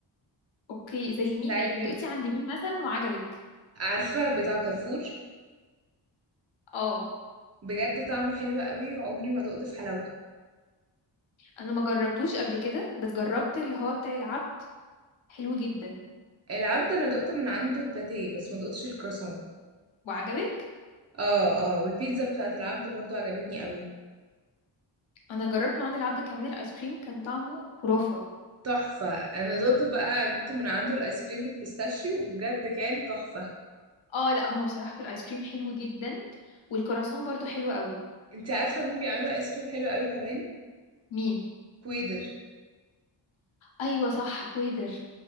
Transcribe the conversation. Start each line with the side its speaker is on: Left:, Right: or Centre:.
Left: اوكي زي مين
Right: ساعات
Left: يعني
Right: بيبقى
Left: دقتي عند مين مثلا وعجبك
Right: عارفه بتاع كارفور
Left: اه
Right: بجد طعمه حلو قوي وعمري ما دقت في حلاوته
Left: انا ما جربتوش قبل كده بس جربت اللي هو بتاع العبد حلو جدا
Right: العبد انا دقت من عنده الباتيه بس ما دقتش الكرواسون
Left: وعجبك
Right: اه اه والبيتزا بتاعت العبد برضو عجبتني قوي
Left: انا جربت نوع عند العبد كمان الايس كريم كان طعمه خرافه
Right: تحفة انا دوت بقى جبت من عنده الايس كريم بالبيستاشيو بجد كان تحفة
Left: اه لا هما بصراحه في الايس كريم حلو جدا والكراسون برضو حلو قوي
Right: انت عارفة مين بيعملوا ايس كريم حلو قوي كمان
Left: مين
Right: كويدر
Left: ايوه صح كويدر